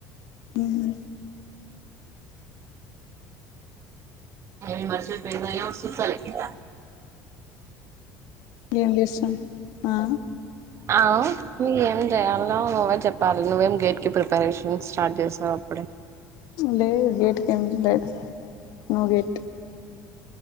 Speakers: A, on the left; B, on the right.
A: ఉమ్
B: నేను మర్చిపోయిన ఏం లే చూస్తాలే కింద
A: ఏం చేస్తావు ఆ
B: ఆ నువ్ ఏం చేయాలో నువే చెప్పాలి నువ్వేం గేట్ కి ప్రిపరేషన్ స్టార్ట్ చేసావు అప్పుడే
A: లేద్ గేట్ కి ఏం లేద్ నో గేట్